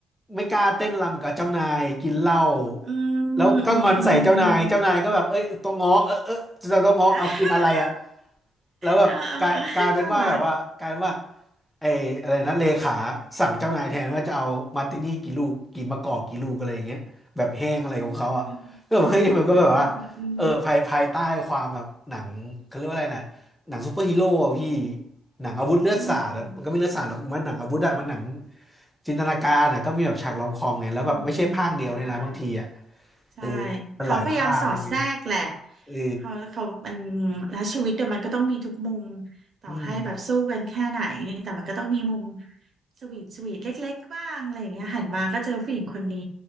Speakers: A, in the centre; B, on the right (about 50°).
A: ไม่กล้าเต้นรำกับเจ้านายกินเหล้า
B: อืมอืมอืมอืม
A: แล้วก็งอนใส่เจ้านายเจ้านายก็แบบเอ้ยต้องง้อเออเออจะต้องง้อเอากินอะไรอะ
B: อ่า
A: แล้วแบบกลายกลายเป็นว่าแบบว่ากลายเป็นว่า
B: เออเออเออน่ารัก
A: ไอ้อะไรนะเลขาสั่งเจ้านายแทนว่าจะเอามาร์ตินี่กี่ลูกกี่มะกอกกี่ลูกอะไรอย่างเงี้ยแบบแห้งอะไรของเขาอ่ะก็แบบเฮ้ยมันก็แบบว่าเออภายภายใต้ความแบบหนังเขาเรียกว่าอะไรนะหนังซูเปอร์ฮีโร่อะพี่
B: อืมอืมอืมอืม
A: หนังอาวุธเลือดสาดอะมันก็ไม่เลือดสาดหรอกมันหนังอาวุธอะมันหนัง
B: อืมอืม
A: จินตนาการอะก็มีแบบฉากรอมคอมไงแล้วแบบไม่ใช่ภาคเดียวเลยนะบางทีอ่ะ
B: อืมได้ ใช่
A: เออมันหลายภาคอะไรเงี้ย
B: เขาพยายามสอดแทรกแหละ
A: เออ
B: เขาเขามันแล้วชีวิตเดี๋ยวมันก็ต้องมีทุกมุมต่อให้แบบสู้กันแค่ไหนแต่มันก็ต้องมีมุม
A: อืม
B: สวีทสวีทเล็กๆบ้างอะไรอย่างเงี้ยหันมาก็เจอผู้หญิงคนนี้